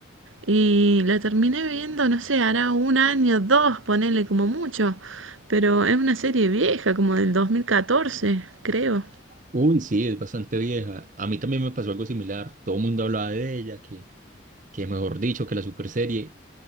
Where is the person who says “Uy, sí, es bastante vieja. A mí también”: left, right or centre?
Right